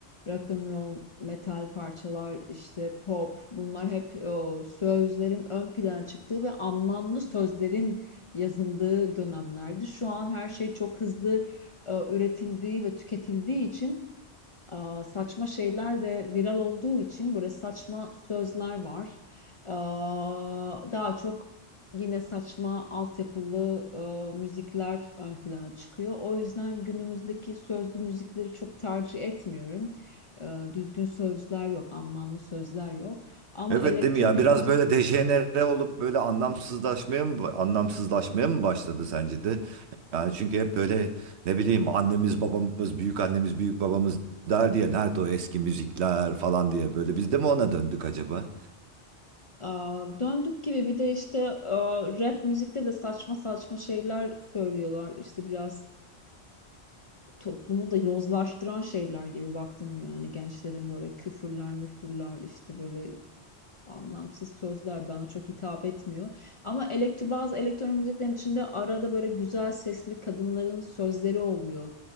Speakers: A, on the left; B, on the right.
A: rock and roll, metal parçalar, işte pop bunlar hep e, sözlerin ön plana çıktığı ve anlamlı sözlerin yazıldığı dönemlerdi. Şu an her şey çok hızlı e, üretildiği ve tüketildiği için Aa, saçma şeyler de viral olduğu için böyle saçma sözler var. Aa, daha çok yine saçma altyapılı e, müzikler ön plana çıkıyor. O yüzden günümüzdeki sözlü müzikleri çok tercih etmiyorum. Ee, düzgün sözler yok, anlamlı sözler yok. Ama
B: Evet
A: elektronik
B: değil mi ya biraz
A: müzik
B: böyle dejenere olup böyle anlamsızlaşmaya mı anlamsızlaşmaya mı başladı sence de? Yani çünkü hep böyle ne bileyim annemiz babamız büyük annemiz büyük babamız der diye nerede o eski müzikler falan diye böyle biz de mi ona döndük acaba?
A: Aa, döndük gibi bir de işte aa, rap müzikte de saçma saçma şeyler söylüyorlar. İşte biraz toplumu da yozlaştıran şeyler gibi baktın mı yani gençlerin böyle küfürler müfürler işte böyle anlamsız sözler bana çok hitap etmiyor. Ama elektro, bazı elektronik müziklerin içinde arada böyle güzel sesli kadınların sözleri oluyor.